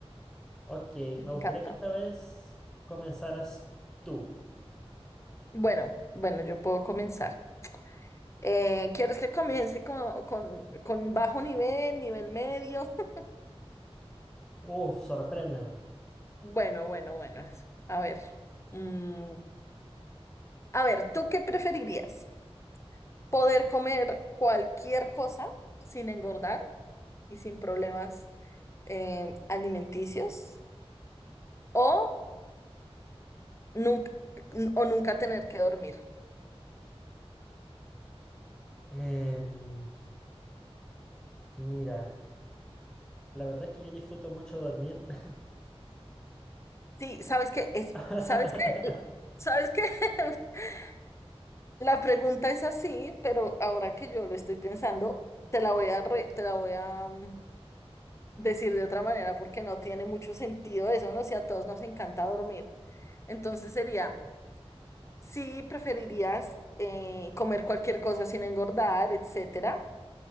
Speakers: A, in the centre; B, on the left (about 25°).
A: Ok,
B: me
A: me
B: encanta.
A: gustaría que esta vez comenzaras tú.
B: Bueno, bueno, yo puedo comenzar. Eh, ¿quieres que comience con, con, con bajo nivel, nivel medio? <laughs>
A: Uf, sorpréndeme.
B: Bueno, bueno, bueno. A ver. Mm, a ver, ¿tú qué preferirías? ¿Poder comer cualquier cosa sin engordar y sin problemas eh, alimenticios? ¿O nunca, o nunca tener que dormir?
A: Em, mira, la verdad es que yo disfruto mucho dormir.
B: Sí, sabes que es,
A: <laughs>
B: sabes que, sabes que <laughs> la pregunta es así, pero ahora que yo lo estoy pensando, te la voy a re- te la voy a, mm, decir de otra manera porque no tiene mucho sentido eso, ¿no? Si a todos nos encanta dormir. Entonces sería, si preferirías eh, comer cualquier cosa sin engordar, etcétera,